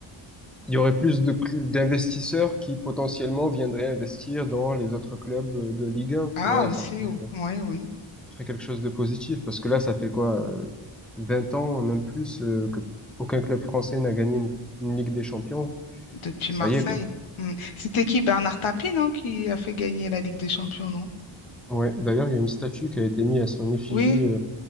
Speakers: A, in the centre; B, on the left (about 80°).
A: il y aurait plus de cl- d'investisseurs qui potentiellement viendraient investir dans les autres clubs euh, de Ligue 1,
B: ah
A: tu vois,
B: aussi,
A: et ça fait,
B: oui,
A: ça
B: oui.
A: ferait quelque chose de positif, parce que là, ça fait quoi, euh, 20 ans, même plus, euh, que aucun club français n'a gagné une, une Ligue des Champions.
B: Depuis
A: Ça
B: Marseille.
A: y est, quoi.
B: Hmm. C'était qui? Bernard Tapie, non, qui a fait gagner la Ligue des Champions, non?
A: Ouais, d'ailleurs, il y a une statue qui a été mise à son effigie,
B: Oui,
A: euh,